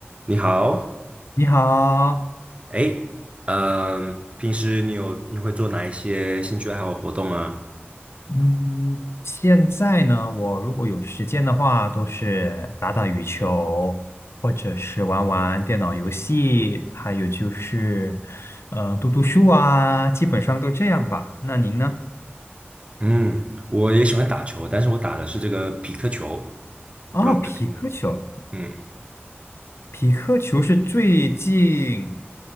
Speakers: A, on the right; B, on the left.
A: 你好，
B: 你好，
A: 哎，嗯，平时你有你会做哪一些兴趣爱好活动啊？
B: 嗯，现在呢，我如果有时间的话，都是打打羽球，或者是玩玩电脑游戏，还有就是，呃，读读书啊，基本上都这样吧。那您呢？
A: 嗯，我也喜欢打球，但是我打的是这个匹克球，我不知道你有听过。
B: 哦，匹克球，
A: 嗯，
B: 匹克球是最近